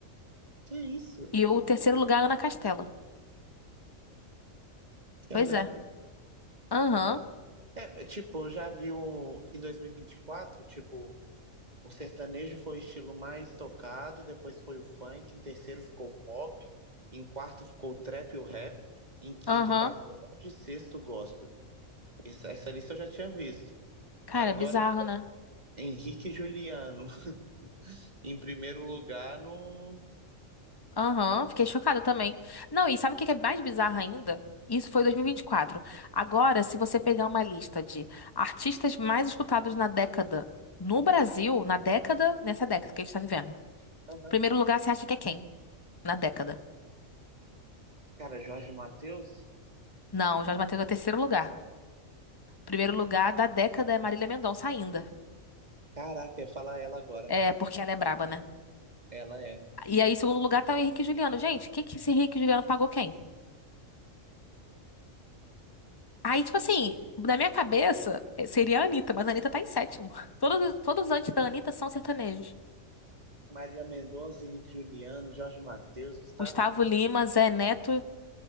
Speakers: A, on the right (about 30°); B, on the left (about 20°).
A: Que isso?
B: E o terceiro lugar, Ana Castela.
A: Que
B: Pois
A: aleatório.
B: é. Aham,
A: É, tipo, eu já vi um, que em 2024, tipo, o sertanejo foi o estilo mais tocado, depois foi o funk, em terceiro ficou o pop, em quarto ficou o trap e o rap, em quinto
B: aham.
A: o pagode, sexto o gospel. Isso- essa lista eu já tinha visto.
B: Cara,
A: Agora,
B: é bizarro, né?
A: Henrique e Juliano, <laughs> em primeiro lugar no...
B: Aham, fiquei chocada também. Não, e sabe o que que é mais bizarro ainda? Isso foi 2024. Agora, se você pegar uma lista de artistas mais escutados na década no Brasil, na década, nessa década que a gente tá vivendo.
A: Aham.
B: Primeiro lugar, você acha que é quem? Na década.
A: Cara, Jorge Mateus?
B: Não, Jorge Mateus é o terceiro lugar. Primeiro lugar da década é Marília Mendonça ainda.
A: Caraca, eu ia falar ela agora.
B: É, porque ela é braba, né?
A: Ela é.
B: E aí, em segundo lugar, tá o Henrique e Juliano. Gente, o que que esse Henrique e Juliano pagou quem? Aí, tipo assim, na minha cabeça, eh, seria a Anitta, mas a Anitta tá em sétimo. <laughs> Todos, todos antes da Anitta são sertanejos.
A: Marília Mendonça, Henrique Juliano, Jorge Mateus, Gustavo
B: Gustavo
A: Lima.
B: Lima, Zé Neto,